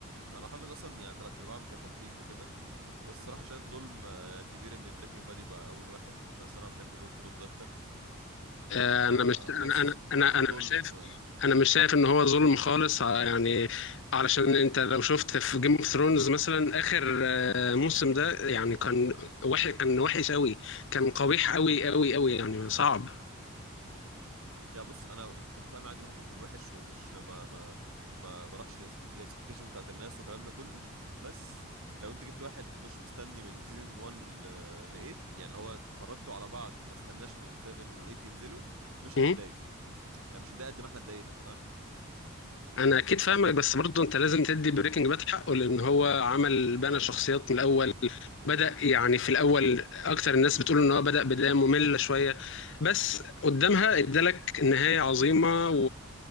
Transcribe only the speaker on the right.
انا حافظ اصلا يعني تلات ارباعهم كترتيب وكده وبس الصراحه شايف ظلم آه، كبير ان بريكنج باد يبقى اول واحد عشان الصراحه بحب جيم اوف ثرونز اكتر
فحاسس
حاسس
بظلم
شويه
يعني بص انا متفاهم عادي انه ممكن يكون وحش ومش ما ما ما ما راحش الاكسبكتيشنز بتاعت الناس والكلام ده كله بس لو انت جبت واحد مش مستني من سيزون 1 ل 8 يعني اللي هو اتفرجتوا على بعض ما استناش من 7 و 8 ينزلوا مش هيتضايق
يعني مش هيتضايق قد ما احنا اتضايقنا انت فاهم